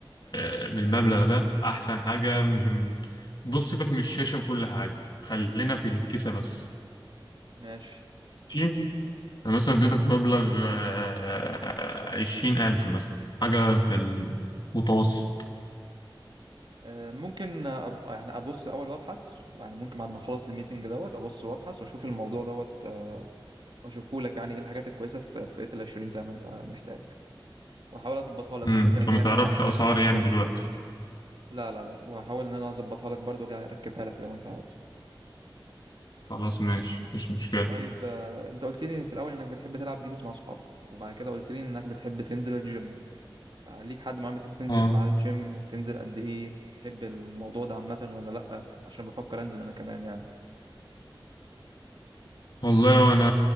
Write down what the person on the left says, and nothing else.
آه، بالمبلغ ده احسن حاجة من بص سيبك من الشاشة وكل حاجة خلينا في الكيسة بس
ماشي أنا مثلا اديتك
مبلغ آه، عشرين ألف مثلا حاجة في المتوسط
امم
انت
ما
تعرفش
أسعار
يعني
دلوقتي
خلاص ماشي مفيش مشكلة
اه
والله أنا